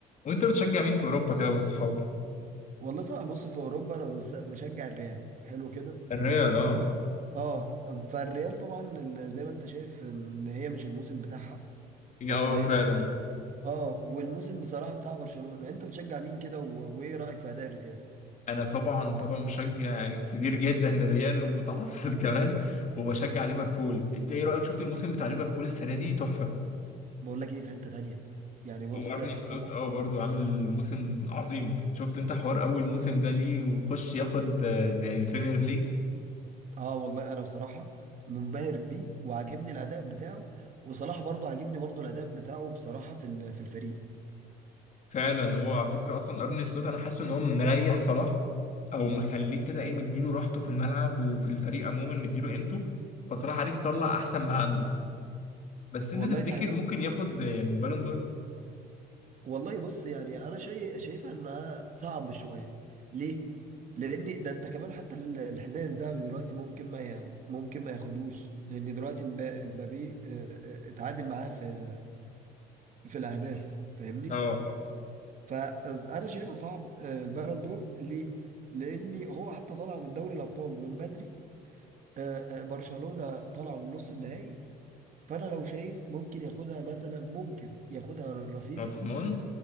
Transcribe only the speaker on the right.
والله صعب بص في اوروبا انا بس بشجع الريال حلو كده
بس
طبعاً- اه فالريال طبعا ال- زي ما انت شايف ان هي مش الموسم بتاعها
السنه
دي اه والموسم بصراحه بتاع برشلونه انت بتشجع مين كده و- وايه رايك في اداء الريال
بقول لك ايه في حته تانية يعني بص
صلاح
اه والله انا بصراحه منبهر بيه وعاجبني الاداء بتاعه وصلاح برضو عاجبني برضو الاداء بتاعه بصراحه في ال- في الفريق
والله
دي حقيقة
والله بص يعني انا شايف شايفها انها صعب شويه ليه لان ده انت كمان حتى ال- الحذاء الذهبي دلوقتي ممكن ما ي... ممكن ما ياخدوش لان دلوقتي مبا- مبابي آه، آه، اتعادل معاه في في الاهداف فاهمني
فانا شايفها صعب آه، البالون دور ليه لان هو حتى طالع من دوري الابطال من بدري آه، آه، برشلونه طالع من نص النهائي فانا لو شايف ممكن ياخدها مثلا ممكن ياخدها رافيني